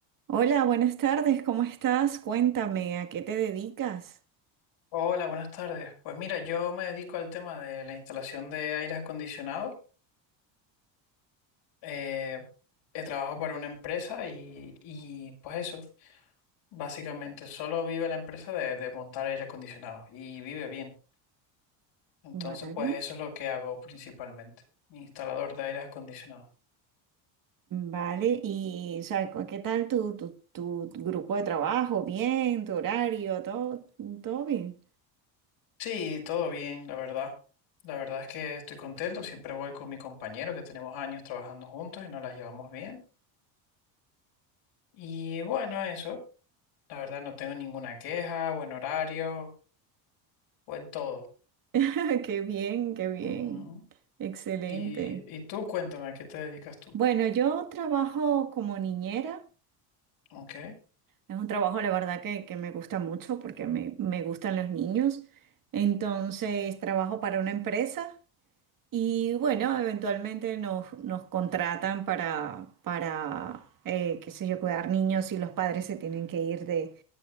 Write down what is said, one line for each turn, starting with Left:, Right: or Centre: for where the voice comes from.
Right: Hola, buenas tardes, ¿cómo estás? Cuéntame, ¿a qué te dedicas?
Left: Hola, buenas tardes. Pues mira, yo me dedico al tema de la instalación de aires acondicionados. Eh, eh, trabajo para una empresa y, y, pues eso, básicamente solo vive la empresa de, de montar aire acondicionado y vive bien. Entonces,
Right: Vale,
Left: pues eso es lo que hago principalmente, instalador de aires acondicionados.
Right: vale, y o sea, cu- ¿qué tal tu, tu, tu grupo de trabajo? ¿Bien? ¿Tu horario? ¿Todo, todo bien?
Left: Sí, todo bien, la verdad. La verdad es que estoy contento. Siempre voy con mi compañero que tenemos años trabajando juntos y nos las llevamos bien. Y bueno, eso. La verdad no tengo ninguna queja, buen horario, buen todo.
Right: <laughs> Qué bien, qué bien,
Left: Ujú.
Right: excelente.
Left: Y, y tú cuéntame, ¿a qué te dedicas tú?
Right: Bueno, yo trabajo como niñera,
Left: Ok,
Right: es un trabajo la verdad que, que me gusta mucho porque me, me gustan los niños, entonces trabajo para una empresa. Y bueno, eventualmente nos, nos contratan para, para eh, qué sé yo, cuidar niños y los padres se tienen que ir de,